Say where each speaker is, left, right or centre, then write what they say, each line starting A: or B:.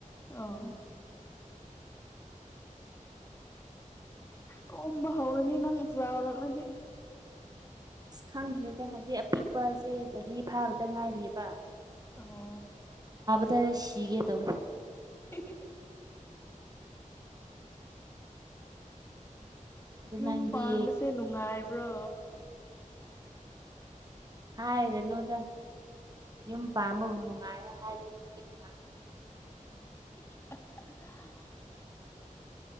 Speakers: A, on the left (about 20°); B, on the right (about 30°).
A: ꯑꯣ ꯀꯣꯝꯕ ꯍꯧꯔꯅꯤ ꯅꯪ ꯆꯥꯎꯔꯛꯂꯗꯤ
B: ꯑꯁ ꯈꯪꯗ꯭ꯔꯤꯗ ꯍꯧꯖꯤꯛ ꯑꯄꯤꯛꯄꯁꯦ ꯆꯍꯤ ꯐꯥꯕꯗ ꯉꯥꯏꯔꯤꯑꯕ
A: ꯑꯍꯣ
B: ꯈꯔꯁꯤꯒꯦ ꯇꯧꯋꯦ
A: <unintelligible>
B: ꯑꯗꯨ
A: ꯌꯨꯝ
B: ꯅꯪꯗꯤ
A: ꯄꯥꯟꯕꯁꯦ ꯅꯨꯡꯉꯥꯏꯕ꯭ꯔꯣ
B: ꯍꯥꯏꯔꯅꯣꯗ ꯌꯨꯝ ꯄꯥꯝꯕꯕꯨ ꯅꯨꯡꯉꯥꯏꯌꯦ ꯍꯥꯏꯗꯤ <unintelligible>
A: <unintelligible>